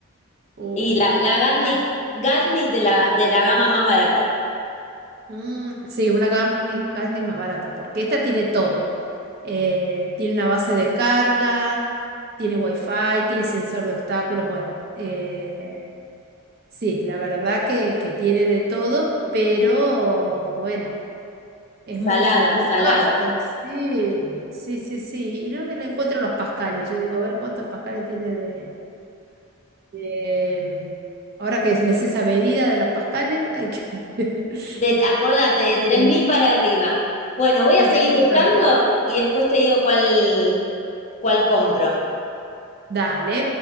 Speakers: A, on the right; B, on the left.
A: Uy,
B: Y la,
A: qué
B: la Gatnik,
A: cara.
B: Gatnik de la, de la gama más barata.
A: Mm, sí, una Gatnik, Gatnik más barata, porque esta tiene todo. Eh, tiene una base de carga, tiene wifi, tiene sensor de obstáculos, bueno. eh, Sí, la verdad que, que tiene de todo, pero bueno, es mucho,
B: Salada,
A: muy
B: salada.
A: casta. Sí, sí, sí, sí. Y no me le encuentro los pascales. Yo digo, a ver cuántos pascales tiene de, de, mm, Ahora que me sé esa medida de los pascales, hay que <laughs>
B: De, acordate, de
A: eh,
B: tres mil para arriba. Bueno, voy
A: detenerme
B: a seguir buscando
A: para arriba.
B: y después te digo cuál, cuál compro.
A: Dale.